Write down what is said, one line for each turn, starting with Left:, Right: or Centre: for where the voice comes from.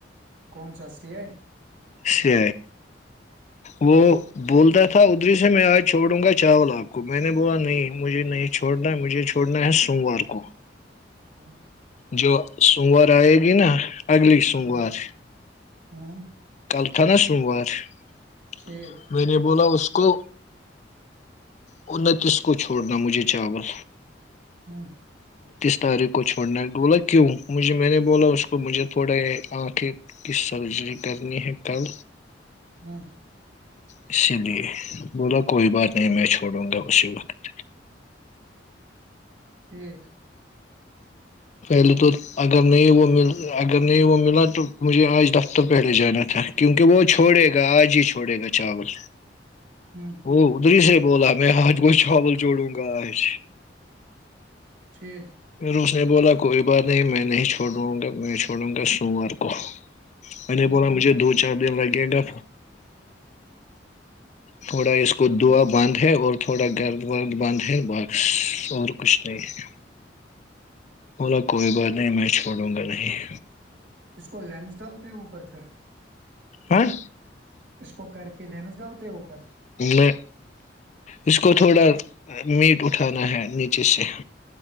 Right: کون سای ہے
Left: سی وہ بول د تھا ادری سے میں آج چھوڑوں گا چاول آپ کو میں نے بولا نہیں مجھے نہیں چھوڑنا مجھے چھوڑنا ہے سوموار کو
Right: ہوں
Left: جو سومور آئے گی نا اگلی سوموار
Right: ہوں، ہوں،
Left: کلکھاناس ور <unintelligible>
Right: ٹھیک
Left: میں نے بولا اس کو اور نہ کس کو چھوڑنا مجھے چاول
Right: ہاں
Left: تاری کو چھوڑنا بولا کیوں مجھے میں نے بولا اس کو مجھے تھوڑے ک کی سرجی کرنی ہے کل
Right: ہاں
Left: اسی لیے بولا کوئی بات نہیں میں چھوڑوں گا اسی وقت
Right: ٹھیک
Left: پہلے تو اگر نہیں وہ م اگر نہیں وہ ملا تو مجھے آج دفتر پہلے جانا تھا کیونکہ وہ چھوڑے گا آج ہی چھوڑے گا چاول
Right: ہوں،
Left: وہ ادھر ہی سے بولا میں آج کو چاول جوڑوں گا آج
Right: چٹھ
Left: پھر اس نے بولا کوئی بات نہیں میں نہیں چھوڑ داوںں گا میں چھوڑوں گا سوموار کو ان
Right: ہوں۔
Left: بلا مجھے دو چار دن لگے گا تھوڑا اس کو دوا باندھ ہے اور تھوڑا گرد ورد باندھ ہے باکس اور کچھ نہیں ہے بلا کوئی بات نہیں میں نہیں
Right: اس کو لینس ڈالتے ہیں ا پرر سر
Left: ہاں
Right: اس کو کر کے لنس گا ہوتے اوپر
Left: میں اس کو تھوڑا میٹ اٹھانا ہے نیچے سے